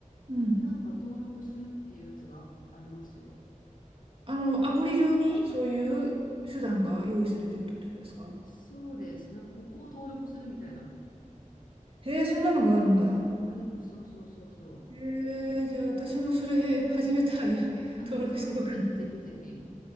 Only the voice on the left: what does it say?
なんか登録するっていうやつがあありますよ。
そうです。なんか、ここを登録するみたいな。
え、あります。そうそうそうそう。
あ、
そうです。ぜひぜひぜひ。